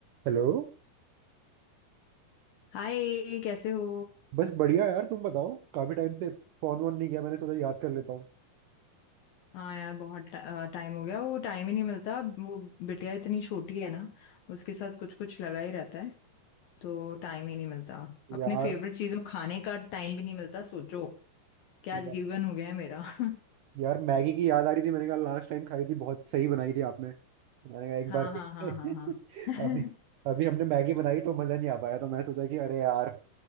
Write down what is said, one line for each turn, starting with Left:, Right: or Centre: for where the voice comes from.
Right: हेलो
Left: हाय कैसे हो
Right: बस बढ़िया यार तुम बताओ काफी टाइम से फोन वोन नहीं किया मैंने सोचा याद कर लेता हूँ
Left: हाँ यार बहुत टाइम हो गया वो टाइम ही नहीं मिलता वो बिटिया इतनी छोटी है ना उसके साथ कुछ कुछ लगा ही रहता है तो टाइम ही नहीं मिलता अपने
Right: यार
Left: फेवरेट चीजों खाने का टाइम भी नहीं मिलता सोचो क्या
Right: या,
Left: जीवन हो गया है मेरा <laughs>
Right: यार मैगी की याद आ रही थी मैंने कहा लास्ट टाइम खाई थी बहुत सही बनाई थी आपने मैंने कहा एक
Left: हाँ
Right: बार
Left: हाँ
Right: फिर से
Left: हाँ हाँ
Right: <laughs>
Left: हाँ
Right: अभी अभी हमने मैगी बनाई तो मजा नहीं आ पाया तो मैं सोचा कि अरे यार